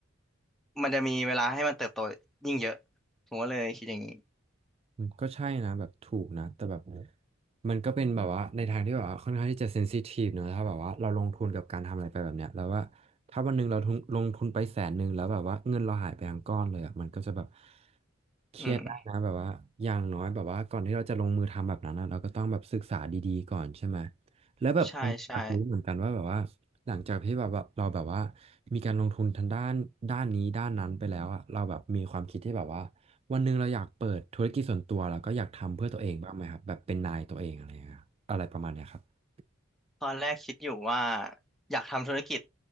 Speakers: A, in the centre; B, on the right (about 30°).
A: มันจะมีเวลาให้มันเติบโตยิ่งเยอะผมก็เลยคิดอย่างนี้
B: อืมก็ใช่นะแบบถูกนะแต่แบบมันก็เป็นแบบว่าในทางที่แบบว่าค่อนข้างที่จะเซนซิทีฟเนอะถ้าแบบว่าเราลงทุนกับการทำอะไรไปแบบเนี้ยแล้วว่าถ้าวันหนึ่งเราทุนลงทุนไปแสนหนึ่งแล้วแบบว่าเงินเราหายไปทั้งก้อนเลยอ่ะมันก็จะแบบเครียดได้นะแบบว่าอย่างน้อยแบบว่าก่อนที่เราจะลงมือทำแบบนั้นอะเราก็ต้องแบบศึกษาดีๆก่อนใช่ไหม
A: อืม
B: แล้วแบบอันอยากรู้เหมือนกันว่าแบบว่าหลังจากที่แบบว่าเราแบบว่า
A: ใช่ใช่
B: มีการลงทุนทางด้านด้านนี้ด้านนั้นไปแล้วอ่ะเราแบบมีความคิดที่แบบว่า วันหนึ่งเราอยากเปิดธุรกิจส่วนตัวแล้วก็อยากทำเพื่อตัวเองบ้างไหมครับแบบเป็นนายตัวเองอะไรอย่างเงี้ยครับอะไรประมาณเนี้ยครับ
A: ตอนแรกคิดอยู่ว่าอยากทำธุรกิจ